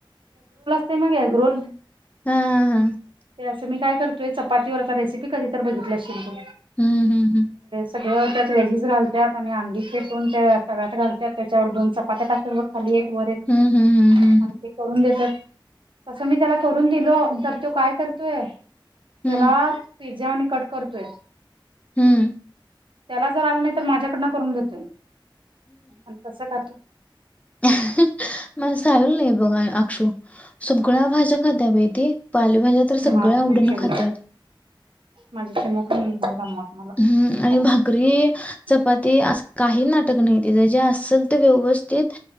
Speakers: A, on the right; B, on the left.
A: ते मग एग रोल
B: ह, ह, ह
A: ते असं मी काय करतोय चपातीवर आता रेसिपी कधी तर बघितली असशेल तो
B: हम्म हम्म हम्म
A: सगळं त्यात वेहेजेस घालतात आणि अंडी फेटून त्या तव्यात घालतात त्याच्यावर दोन चपात्या टाकत ब खाली वरे
B: हम्म हम्म हम्म हम्म हम्म
A: आणि ते करून देतात. तसं मी त्याला करून दिलो तर तो काय करतोय
B: हम्म
A: त्याला पिझ्झा आणि कट करतोय
B: हम्म
A: त्याला जर आलं नाही तर माझ्याकडनं करून घेतोय. आणि तसं खातो.
B: हा हा मस् आल नाही बघाय आक्षू सगळ्या भाज्या खातात बाहि ते पालेभाज्या तर सगळ्या
A: माझ
B: आवडीने
A: पण चिमू
B: खात्यात.
A: माझी चिमू पण दमवत मला
B: हम् आणि भाकरी चपाती अस काही नाट टक नाही तीच जे असत व्यवस्थित